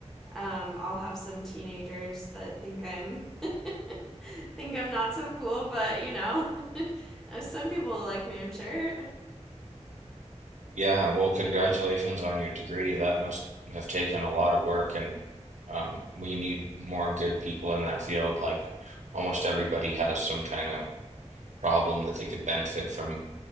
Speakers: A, in the centre; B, on the right (about 85°).
A: um, I'll have some teenagers that think I'm <laughs> think I'm not so cool, but you know, <laughs> some people like me, I'm sure.
B: Yeah, well, congratulations on your degree. That must have taken a lot of work, and um, we need more good people in that field. Like almost everybody has some kind of problem that they could benefit from